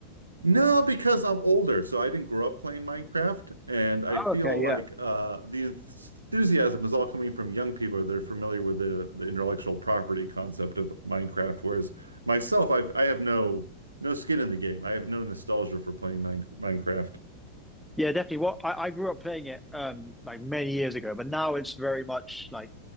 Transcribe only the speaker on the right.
No, because I'm older, so I didn't grow up playing Minecraft, and I feel
like
uh, the enthusiasm is all coming from young people that are familiar with the, the intellectual property concept of Minecraft. Whereas myself, I've I have no no skin in the game. I have no nostalgia for playing Mine- Minecraft.